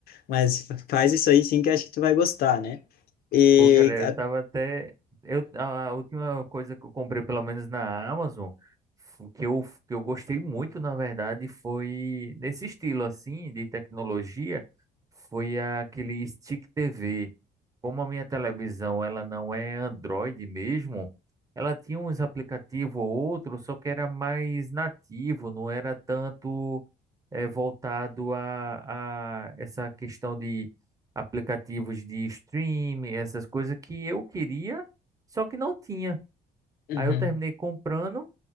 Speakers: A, on the left; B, on the right.
A: Mas faz isso aí sim que acho que tu vai gostar, né? E
B: Pô, cara, eu tava até. Eu, a a última coisa que eu comprei, pelo menos na Amazon, fu- que eu, que eu gostei muito, na verdade, foi nesse estilo assim, de tecnologia, foi aquele Stick TV. Como a minha televisão ela não é Android mesmo, ela tinha uns aplicativos ou outro, só que era mais nativo, não era tanto eh, voltado a, a essa questão de aplicativos de streaming, essas coisas que eu queria, só que não tinha.
A: Uhum.
B: Aí eu terminei comprando